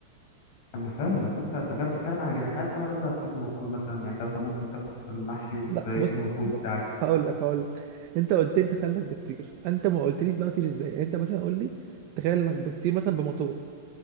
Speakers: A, on the left (about 55°); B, on the right (about 45°).
A: انا فاهم بس انت انت كده بتتكلم على جناحات بقى ولا انت هتطير بموتور مثلا يعني انت مثلا ممكن تاكل المحشي وده
B: لا
A: يكون
B: بص
A: الوقود
B: بس
A: بتاعك
B: هقول لك هقول لك انت قلت لي تخيل انك بتطير انت ما قلتليش بقى طير ازاي يعني انت مثلا قول لي تخيل انك بتطير مثلا بموتور